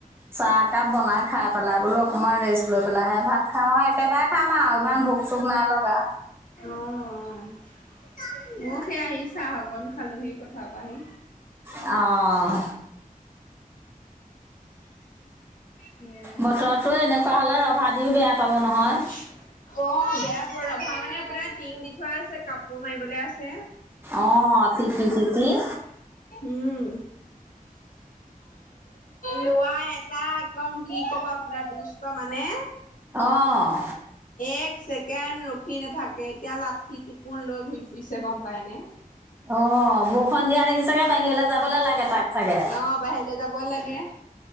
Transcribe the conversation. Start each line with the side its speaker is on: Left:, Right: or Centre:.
Right: চাহ একাপ বনাই খাই পেলাই বোলো অকণমান ৰেষ্ট লৈ পেলাইহে ভাত খাম! আৰু একেবাৰে খাম আও ইমান ভোক চোক নাই লগা,
Left: অঁ, অঁ ময়ো সেই আহি চাহ অকন খালোহি পথা পা আহি,
Right: অঁ
Left: সেয়াই।
Right: বতটো এনেকুৱা হলে ৰভা দিও বেয়া, পাব নহয়
Left: অঁ, বেয়া পোৱা ৰভা মানে আপোনাৰ টিং দি থোৱা আছে! কাপোৰ মাৰিবলে আছে,
Right: অঁ, তিঁতি- তিতিঁ,
Left: উম লৱা এটা একদম কি ক'ব আপোনাৰ দুষ্ট মানে?
Right: অঁ
Left: এক ছেকেণ্ড ৰখি নাথাকে! এতিয়া লাঠি টোকন লৈ ঘুৰি ফুৰিছে গম পাই নে?
Right: অঁ, বৰষুণ দিয়া দেখি ছাগে বাহিৰলে যাবলে লাগে তাক, চাগে
Left: অ' বাহিৰলে যাব লাগে।